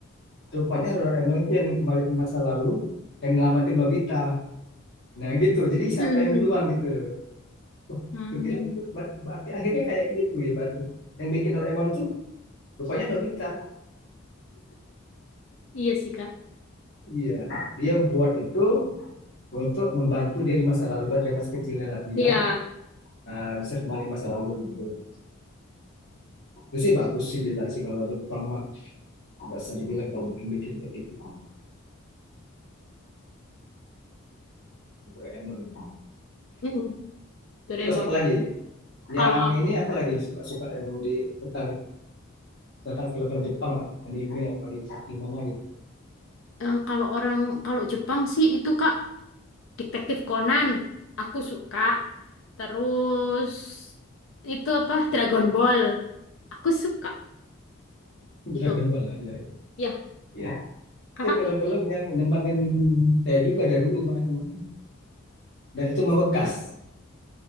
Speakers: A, on the left (about 50°); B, on the left (about 65°).
A: rupanya Doraemon itu yang kembali ke masa lalu yang nyelamatin Nobita. Nah gitu, jadi siapa
B: Mm-mm.
A: yang duluan gitu. Wah,
B: Hmm.
A: gue kira tuh akhirnya kayak gitu ya Batu. Yang bikin Doraemon tuh rupanya Nobita.
B: Iya sih, Kak.
A: Iya, dia buat itu untuk membantu dia di masa lalu, dari masa kecilnya dia
B: Iya.
A: uh, bisa kembali ke masa lalu gitu. Itu sih bagus sih gila sih kalau Jepang mah nggak usah dibilang kalau bikin-bikin kayak gitu Doraemon.
B: Mm-mm, Doraemon.
A: Terus apa lagi?
B: Kalau
A: Yang
B: aku,
A: ini apa lagi yang suka-suka yang di tentang tentang film-film Jepang lah, anime apa gitu, gimana gitu.
B: eh, kalau orang kalau Jepang sih itu Kak Detektif Conan, aku suka. Terus itu apa? Dragon Ball, aku suka.
A: <laughs>
B: Itu.
A: Dragon Ball lah, ya, ya.
B: Ya,
A: Ya,
B: kakak
A: itu film-film yang nemenin saya juga dari dulu mah teman dan itu mah bekas